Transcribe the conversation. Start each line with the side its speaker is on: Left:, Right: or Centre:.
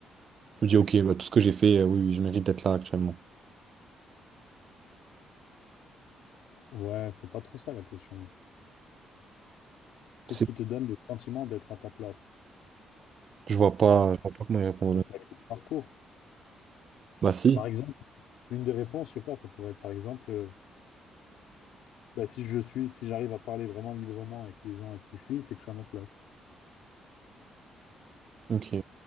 Right: je me dis, ok, bah, tout ce que j'ai fait, euh, oui, oui, je mérite d'être là actuellement.
Left: Ouais, c'est pas trop ça la question. Qu'est-ce
Right: C'est-
Left: qui te donne le sentiment d'être à ta place?
Right: Je vois pas, je vois pas comment y répondre.
Left: Ça peut pas être le parcours.
Right: Bah si.
Left: Par exemple, une des réponses, je sais pas, ça pourrait être par exemple. euh, Bah, si je suis, si j'arrive à parler vraiment librement avec les gens avec qui je suis, c'est que je suis à ma place.
Right: Ok,